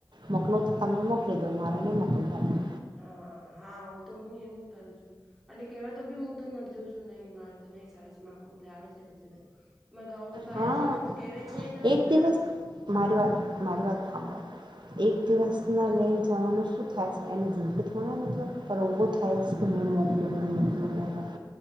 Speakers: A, on the right; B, in the centre.
A: મોકલોું તો તમે મોકલી દો મારેને મોકલવાની
B: હા હા હ તો હું એમ કરું છું એટલે કેવાય તો બી હું તો ન જઉં છું નહી માર તો. નહી છે આખું બ લાવ આવે છે બાજુ એમાં ઘઉં બાહ
A: હા
B: છે ને તો. કેવે છે ને
A: એક
B: એના
A: દિવસ માર વાત મારી વાત સાંભો એક દિવસ. ના લઈને જવાનું શું થાય છે એને જંદગી થોડા મતલેબ પણ ઊભો થાય છે કે મેં મોક્યો ને મ બ